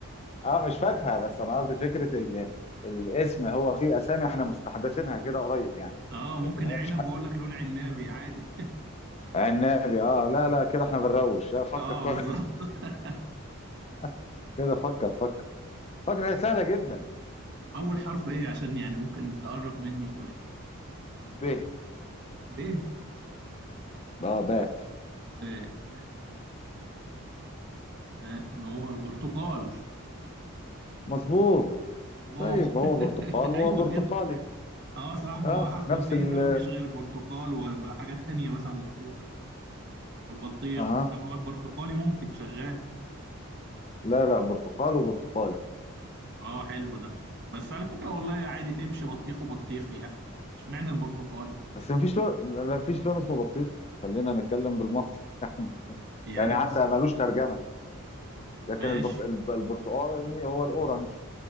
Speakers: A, on the left; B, on the right.
A: اه مش فاكهه بس انا قصدي فكره ال... الاسم هو في اسامي احنا مستحدثينها كده قريب يعني
B: اه
A: لكن
B: ممكن
A: هي
B: عنب
A: مش حاجه
B: واقول لك لون عنابي عادي
A: عنابي اه لا لا كده احنا بنروش لا فكر
B: اه
A: كويس.
B: بالظبط <laughs>
A: <laughs> كده فكر فكر فكر هي سهله جدا
B: طب اول حرف ايه عشان يعني ممكن تقرب مني شوية
A: ب
B: ب
A: اه باء
B: ب- ب- ما هو برتقال
A: مظبوط
B: الله
A: طيب هو
B: <laughs>
A: برتقال وهو
B: ايوه
A: برتقالي
B: كده اه صح ما
A: اه
B: هو حرف
A: نفس
B: الب
A: ال
B: ده ما فيش غير البرتقال وحاجة تانية مثلا بسيطة والبطيخ
A: اها
B: انما هو البرتقالي ممكن شغال
A: لا لا برتقال وبرتقالي
B: اه حلو ده بس على فكرة والله عادي تمشي بطيخ وبطيخ يعني اشمعنى البرتقالي
A: بس مفيش لون مفيش لون اسمه بطيخ خلينا نتكلم بالمنطق <laughs>
B: يعني
A: يعني حتى
B: بس
A: ملوش ترجمه لكن
B: ماشي
A: البط... الب- البرتقالي هو الاورنج